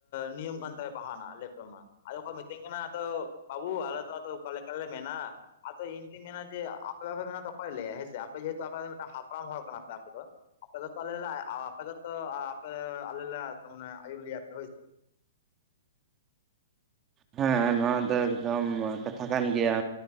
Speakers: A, on the left; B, on the right.
A: ᱱᱤᱭᱚᱢ ᱠᱟᱱ ᱛᱟᱭᱟ ᱵᱟᱦᱟᱱᱟᱜ ᱞᱮᱯᱴᱚᱯ ᱢᱟ᱾ ᱟᱫᱚ ᱠᱚ ᱢᱤᱛᱟᱹᱧ ᱠᱟᱱᱟ ᱟᱫᱚ ᱵᱟᱹᱵᱩ ᱟᱞᱮ ᱫᱚ ᱟᱫᱚ ᱚᱠᱟᱞᱮᱠᱟᱞᱮ ᱢᱮᱱᱟ᱾ ᱟᱫᱚ ᱤᱧ ᱫᱩᱧ ᱢᱮᱱᱟ ᱡᱮ ᱟᱯᱮ ᱵᱟᱯᱮ ᱢᱮ ᱛ ᱚᱠᱚᱭ ᱞᱭᱟ ᱦᱮᱸ ᱥᱮ ᱟᱮᱦᱮᱛᱩ ᱟᱯᱮ ᱢᱤᱫᱴ ᱦᱟᱯᱲᱟᱢ ᱦᱚᱲ ᱠᱟᱱᱟᱯᱮ ᱟᱯᱮ ᱫᱚ᱾ ᱟᱯᱮᱛᱚ ᱟᱯᱮᱛᱚᱯᱮ ᱞᱮᱟᱨᱟᱱᱮ ᱟᱭᱩᱨᱤᱭᱟᱹ᱾ ᱦᱳᱭ ᱥᱮ᱾
B: ᱦᱮᱸ ᱱᱚᱣᱟ ᱫᱚ ᱮᱠᱫᱚᱢ ᱠᱟᱛᱷᱟ ᱠᱟᱱ ᱜᱮᱭᱟ᱾